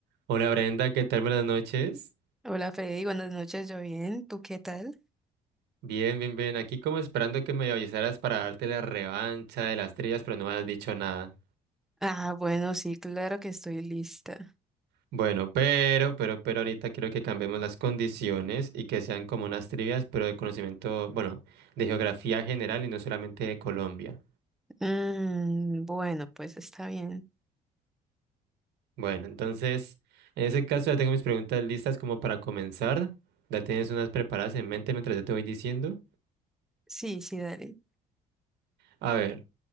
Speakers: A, on the right (about 80°); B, in the centre.
A: Hola Brenda, ¿qué tal? Buenas noches.
B: Hola Freddy, buenas noches, yo bien, ¿tú qué tal?
A: Bien, bien, bien. Aquí como esperando que me avisaras para darte la revancha de las trillas, pero no me has dicho nada.
B: Ah, bueno, sí, claro que estoy lista.
A: Bueno, pero, pero, pero ahorita quiero que cambiemos las condiciones y que sean como unas trivias, pero de conocimiento, bueno, de geografía general y no solamente de Colombia.
B: Mm, bueno, pues está bien.
A: Bueno, entonces, en ese caso ya tengo mis preguntas listas como para comenzar. Ya tienes unas preparadas en mente mientras yo te voy diciendo.
B: Sí, sí, dale.
A: A ver,